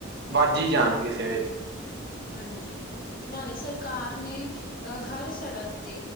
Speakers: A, on the right; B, on the left.
A: ਵੱਝ ਈ ਜਾਣ ਕਿਸੇ ਵੇਚ
B: ਹਾਂਜੀ ਨਾਲੇ ਸਰਕਾਰ ਨੇ ਅ ਹਰ ਸੜਕ ਤੇ